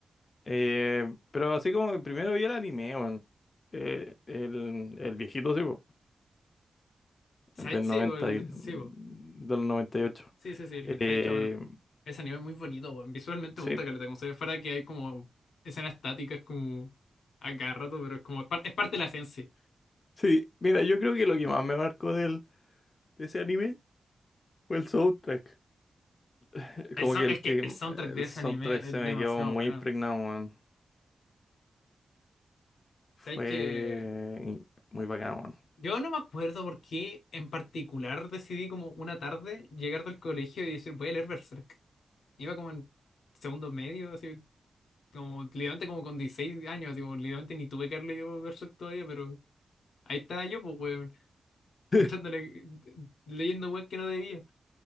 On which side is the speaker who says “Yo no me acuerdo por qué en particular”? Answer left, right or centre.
Left